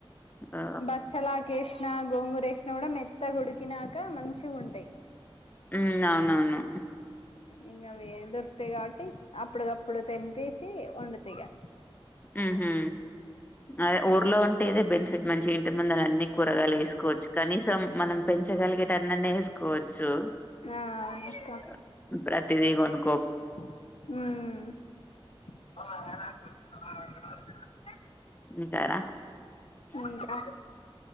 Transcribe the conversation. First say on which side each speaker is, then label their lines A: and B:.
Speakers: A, on the left; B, on the left.
A: ఆ
B: బచ్చల ఆకు వేసిన గోంగూర ఆసినా కూడా మెత్త కొడికినాక మంచి ఉంటాయి
A: ఉ అవునవును
B: ఇంకా అవి దొరుకుతాయి కాబట్టి అప్పుటికప్పుడు తెంపేసి వండుతా ఇగా
A: ఉహు అదే ఊర్లో ఉంటేదే బెనిఫిట్ మంచి ఇంటి ముందుని అన్ని కూరగాలు వేసుకోవచ్చు కనీసం మనం పెంచగలిగేటన్న న వేసుకోవచ్చు
B: ఆ అవునక్క
A: చు ప్రతిదీ కొను
B: ఉం
A: వుంటారా
B: ఇంకా